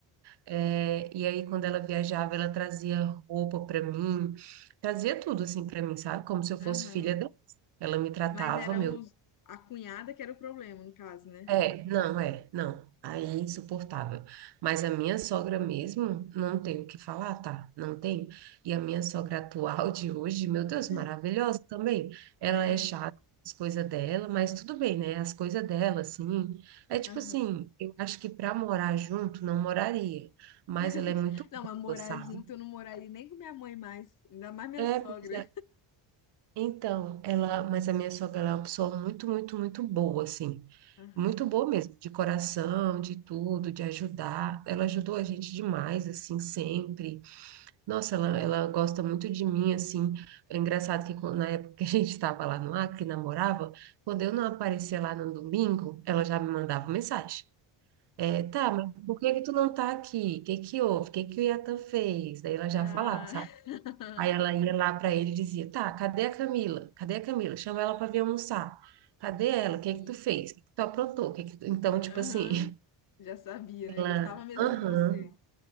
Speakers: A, on the right; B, on the left.
A: é, e aí, quando ela viajava, ela trazia roupa pra mim, trazia tudo, assim, pra mim, sabe? Como se eu fosse
B: aham.
A: filha dela. Ela me tratava,
B: Mas era
A: meu
B: os, a cunhada que era o problema, no caso, né?
A: é, não, é, não. Aí é insuportável. Mas a minha sogra mesmo, não tem o que falar, tá? Não tem. E a minha sogra <laughs> atual de hoje, meu Deus,
B: <laughs>
A: maravilhosa também. Ela
B: Ah, é?
A: é chata, as coisas dela, mas tudo bem, né? As coisas dela, assim. É tipo
B: Aham.
A: assim, eu acho que pra morar junto, não moraria. Mas
B: <laughs>
A: ela é muito
B: Não, mas morar
A: boa, sabe?
B: junto eu não moraria nem com minha mãe mais, ainda mais minha
A: É,
B: sogra.
A: porque Então, ela, mas a minha sogra, ela é uma pessoa muito, muito, muito boa, assim.
B: Aham.
A: Muito boa mesmo, de coração, de tudo, de ajudar. Ela ajudou a gente demais, assim, sempre. Nossa, ela, ela gosta muito de mim, assim. É engraçado que quando- na época que a gente estava lá no Acre, namorava, quando eu não aparecia lá no domingo, ela já me mandava mensagem. É, tá, mas por que que tu não tá aqui? O que que houve? O que que o Iatan fez? Daí ela já
B: Ah,
A: falava, sabe?
B: <laughs>
A: Aí ela ia lá para ele e dizia: Tá, cadê a Camila? Cadê a Camila? Chama ela para vir almoçar. Cadê ela? O que
B: sim.
A: é que tu fez? O que é que tu aprontou? O que é que tu-" Então, tipo
B: Aham.
A: assim, <laughs>
B: Já sabia,
A: ela,
B: né? Gostava mesmo
A: aham,
B: de você.